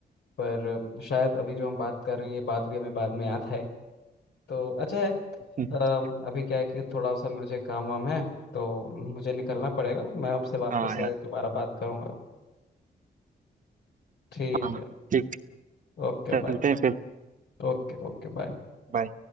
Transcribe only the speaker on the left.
पर शायद अभी जो हम बात कर रहे हैं ये बात भी हमें बाद में याद आए तो अच्छा है
अम, अभी क्या है कि थोड़ा सा मुझे काम वाम है तो मुझे निकलना पड़ेगा मैं आपसे वापस
से
दोबारा बात करूँगा ठीक
है
okay
bye
Okay okay bye